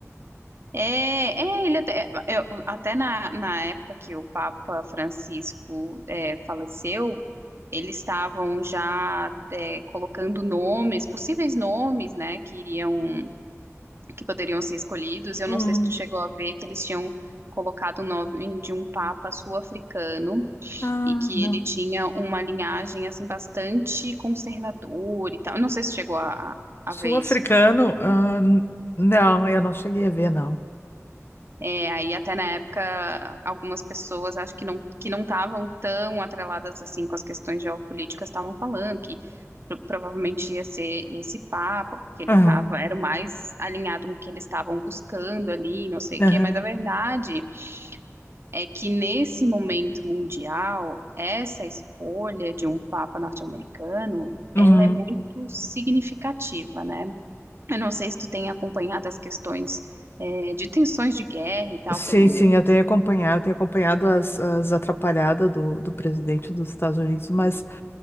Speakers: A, on the right; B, on the left.
A: É, é, ele até, é, eu- até na, na época que o Papa Francisco é, faleceu, eles estavam já é, colocando nomes, possíveis nomes, né, que iriam, que poderiam ser escolhidos. Eu
B: Hum.
A: não sei se tu chegou a ver que eles tinham colocado o nome de um Papa sul-africano
B: Ah,
A: e que
B: não.
A: ele tinha uma linhagem assim bastante conservadora e tal. Eu Não sei se tu chegou a, a
B: Sul-africano?
A: a ver isso.
B: Ah, n- não, eu não cheguei a ver, não.
A: É, aí até na época, algumas pessoas acho que não que não estavam tão atreladas assim com as questões geopolíticas estavam falando que pro- provavelmente ia ser esse papa, porque ele
B: Aham.
A: estava era o mais alinhado com o que eles estavam buscando ali, não sei
B: Aham.
A: o quê, mas a verdade é que nesse momento mundial, essa escolha de um papa norte-americano,
B: Uhum.
A: ela é muito significativa, né? Eu não sei se tu tem acompanhado as questões eh, de tensões de guerra e tal
B: Sim,
A: pelo mundo,
B: sim, eu tenho acompanhado, tenho acompanhado as, as atrapalhadas do, do presidente dos Estados Unidos, mas